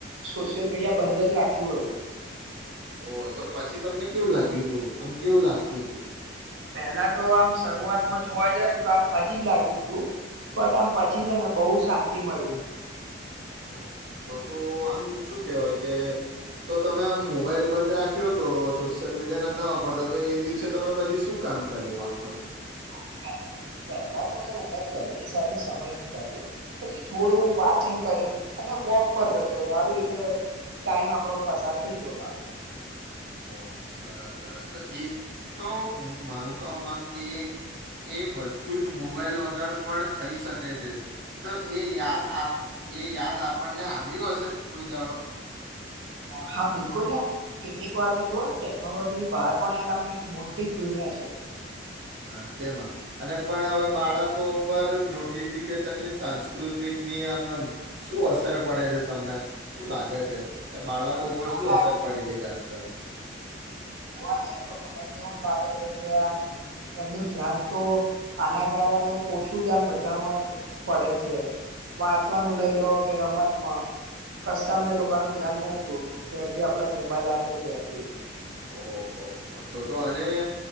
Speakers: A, on the right; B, on the right.
A: સોશિયલ મીડિયા બંધ જ રાખ્યું હતું.
B: ઓહ તો પછી તમને કેવું લાગ્યું તું આમ કેવું લાગતું તું
A: પેલા તો આમ શરૂઆતમાં જોવા જાય ને તો આમ અજીબ લાગ્યું તું બટ આમ પછી છે ને બહુ શાંતિ મળી
B: ઓહ તો તો આમ શું કેહેવાય કે તો તમે આમ મોબાઈલ બંધ રાખ્યો તો સોશિયલ મીડિયા નતા વાપરતા તો એ દિવસે તમે પછી શું કામ કર્યું આખ
A: જો પેલ પેલા તો છે ને મેં ફેમિલી સાથે સમય વિતાવ્યો પછી થોડું વાચન કર્યું અને વોક પર જતો રહ્યો આવી રીતે ટાઈમ આપડો પસાર થઈ ગયો મારો તો
B: ઓહ સરસ સરસ તો એ તો હું તો અનું કે એ બધું જ મોબાઈલ વગર પણ થઈ શકે છે તો એ યાદ એ યાદ આપણને આવ્યું હશે કોઈ દાળો
A: હા બિલકુલ ને કેટલીક વાર તો જોઓ ને ટેકનોલોજીની બહાર પણ એક આમ એક મોટી જ દુનિયા છે.
B: સાચેમાં અને પણ હવે બાળકો પર નોટિફિકેશનની સાંસ્કૃતિકની આમ એમ શું અસર પડે છે તમને શું લાગે છે. કે બાળકો
A: મને
B: ઉપર
A: તો એવું
B: શું
A: લાગે
B: અસર પડી રહી છે આજકાલ
A: હોવા જઈ ને તો મને તો એવું જ લાગે છે કે આમ એમનું ધ્યાન તો આના કારણે ઓછું જ આમ બધામાં જ પડે છે વાંચવાનું લઈ લો કે રમતમાં કસ્માં એ લોકોનું ધ્યાન નહી હતું જ્યારથી આપડે મોબાઈલ આવે છે ત્યારથી
B: ઓહ હો તો તો અને